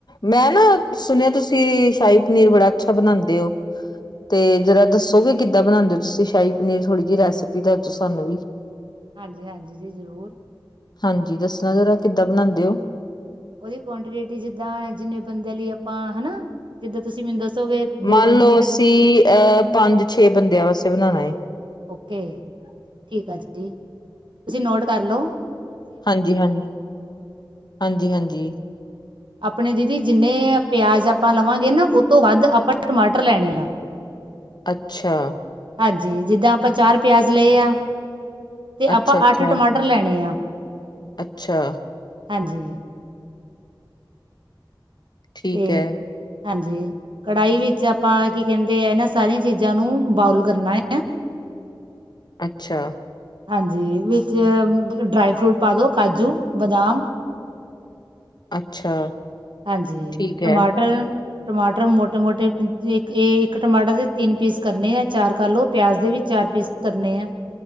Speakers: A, on the left; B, on the right.
A: ਮੈਂ ਨਾ ਸੁਣਿਆ, ਤੁਸੀਂ ਸ਼ਾਹੀ ਪਨੀਰ ਬੜਾ ਅੱਛਾ ਬਣਾਉਂਦੇ ਹੋ। ਤੇ ਜਰਾ ਦੱਸੋਗੇ ਕਿੱਦਾਂ ਬਣਾਉਂਦੇ ਹੋ ਤੁਸੀਂ ਸ਼ਾਹੀ ਪਨੀਰ, ਥੋੜ੍ਹੀ ਜਿਹੀ ਰੈਸਪੀ ਦੱਸ ਦੋ ਸਾਨੂੰ ਵੀ <unintelligible>
B: ਹਾਂਜੀ ਹਾਂਜੀ ਜੀ ਜ਼ਰੂਰ।
A: ਹਾਂਜੀ ਦੱਸਣਾ ਜ਼ਰਾ ਕਿੱਦਾਂ ਬਣਾਉਂਦੇ ਹੋ।
B: ਉਹਦੀ ਕੁਆਂਟੀਟਿਟੀ ਜਿੱਦਾਂ ਜਿੰਨੇ ਬੰਦਿਆਂ ਲਈ ਆਪਾਂ ਹਨਾ, ਜਿੱਦਾਂ ਤੁਸੀਂ ਮੈਨੂੰ ਦੱਸੋਗੇ। ਦੋ
A: ਮੰਨ
B: ਬੰਦੇ
A: ਲਓ
B: ਲਈ
A: ਅਸੀਂ
B: ਰੱਖ,
A: ਅਹ ਪੰਜ ਛੇ ਬੰਦਿਆਂ ਵਾਸਤੇ ਬਣਾਉਣਾ ਏ।
B: ਓਕੇ ਠੀਕ ਆ ਜੀ, ਤੁਸੀਂ ਨੋਟ ਕਰਲੋ।
A: ਹਾਂਜੀ ਹਾਂਜੀ ਹਾਂਜੀ ਹਾਂਜੀ।
B: ਆਪਣੇ ਦੀਦੀ ਜਿੰਨੇ ਪਿਆਜ਼ ਆਪਾਂ ਲਵਾਂਗੇ ਨਾ, ਉਹ ਤੋਂ ਵੱਧ ਆਪਾਂ ਟਮਾਟਰ ਲੈਣੇ ਆ।
A: ਅੱਛਾ।
B: ਹਾਂਜੀ ਜਿੱਦਾਂ ਆਪਾਂ ਚਾਰ ਪਿਆਜ਼ ਲਏ ਆ, ਤੇ
A: ਅੱਛਾ
B: ਆਪਾਂ
A: ਅੱਛਾ
B: ਅੱਠ ਟਮਾਟਰ ਲੈਣੇ ਆ।
A: ਅੱਛਾ।
B: ਹਾਂਜੀ।
A: ਠੀਕ
B: ਤੇ
A: ਐ,
B: ਹਾਂਜੀ, ਕੜਾਹੀ ਵਿੱਚ ਆਪਾਂ ਕੀ ਕਹਿੰਦੇ ਆ ਇਹਨਾਂ ਸਾਰੀਆਂ ਚੀਜ਼ਾਂ ਨੂੰ ਬੋਇਲ ਕਰਨਾ ਹੈ।
A: ਅੱਛਾ।
B: ਹਾਂਜੀ ਵਿੱਚ ਡਰਾਈ ਫਰੂਟ ਪਾ ਦੋ ਕਾਜੂ ਬਦਾਮ
A: ਅੱਛਾ।
B: ਹਾਂਜੀ
A: ਠੀਕ
B: ਟਮਾਟਰ
A: ਐ।
B: ਟਮਾਟਰ ਮੋਟੇ-ਮੋਟੇ, ਇੱਕ ਇਹ ਇੱਕ ਟਮਾਟਰ ਦੇ ਤਿੰਨ ਪੀਸ ਕਰਨੇ ਆ, ਚਾਰ ਕਰ ਲਓ, ਪਿਆਜ਼ ਦੇ ਵੀ ਚਾਰ ਪੀਸ ਕਰਨੇ ਆ।